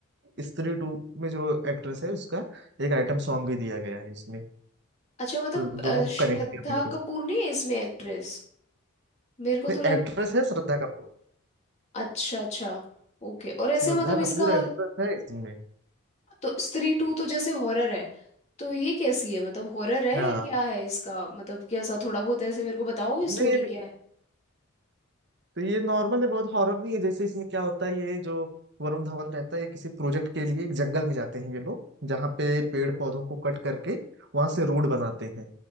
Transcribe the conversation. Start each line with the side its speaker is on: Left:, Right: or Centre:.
Right: स्त्री टू में जो एक्ट्रेस है उसका एक आइटम सॉन्ग भी दिया गया है इसमें
Left: अच्छा मतलब
Right: तो दोनों
Left: अ,
Right: को
Left: श्रद्धा
Right: कनेक्ट करने
Left: कपूर नहीं है इसमें एक्ट्रेस मेरे को
Right: के
Left: तो लग
Right: एक्ट्रेस है श्रद्धा कपूर
Left: अच्छा अच्छा ओके और ऐसे
Right: श्रद्धा
Left: मतलब इसका
Right: कपूर एक्ट्रेस है इसमें
Left: तो स्त्री टू तो जैसे हॉरर है तो ये कैसी है मतलब हॉरर है
Right: हाँ
Left: या क्या है इसका मतलब कैसा थोड़ा बहुत ऐसे मेरे को बताओगे
Right: नहीं
Left: स्टोरी क्या है
Right: तो ये नॉर्मल है बहुत हॉरर नहीं है जैसे इसमें क्या होता है ये जो वरुण धवन रहता है ये किसी प्रोजेक्ट के लिए एक जंगल में जाते हैं ये लोग जहाँ पे पेड़ पौधों को कट करके वहां से रोड बनाते हैं